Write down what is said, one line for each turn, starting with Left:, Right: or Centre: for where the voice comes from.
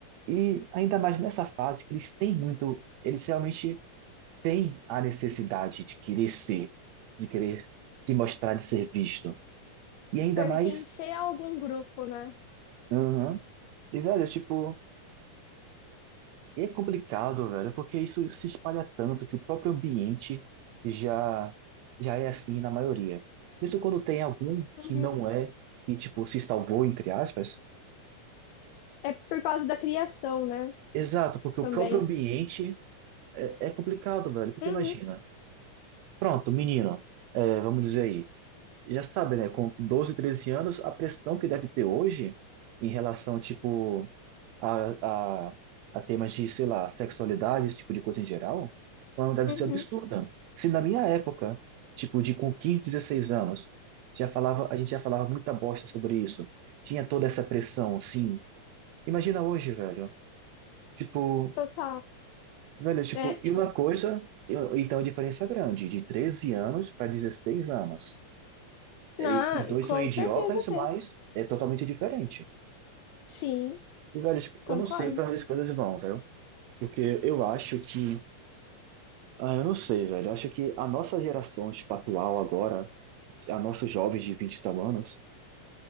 Right: E ainda mais nessa fase que eles têm muito. Eles realmente têm a necessidade de querer ser, de querer se mostrar, de ser visto. E ainda
Left: Pertencer
Right: mais.
Left: a algum grupo, né?
Right: aham. E, velho, tipo, é complicado, velho, porque isso se espalha tanto que o próprio ambiente já, já é assim na maioria. Mesmo quando tem algum que
Left: Uhum.
Right: não é, que, tipo, se salvou, entre aspas.
Left: É por causa da criação, né?
Right: Exato, porque o
Left: Também.
Right: próprio ambiente é, é complicado, velho, porque
Left: Uhum,
Right: imagina. Pronto, menino, é, vamos dizer aí. Já sabe, né? Com 12, 13 anos, a pressão que deve ter hoje em relação, tipo, a, a, a temas de, sei lá, sexualidade, esse tipo de coisa em geral, ela não deve
Left: uhum,
Right: ser absurda. Se na minha época, tipo, de com 15, 16 anos, já falava, a gente já falava muita bosta sobre isso. Tinha toda essa pressão, assim. Imagina hoje, velho. Tipo,
Left: total.
Right: velho, tipo,
Left: É,
Right: e
Left: tipo,
Right: uma coisa, eu- então a diferença é grande, de 13 anos para 16 anos. E
Left: na,
Right: os dois
Left: com
Right: são idiotas,
Left: certeza tem.
Right: mas é totalmente diferente.
Left: Sim,
Right: E, velho, tipo,
Left: concordo.
Right: eu não sei para onde as coisas vão, velho. Porque eu acho que. Ah, eu não sei, velho. Eu acho que a nossa geração, tipo, atual agora, a nossos jovens de 20 e tal anos,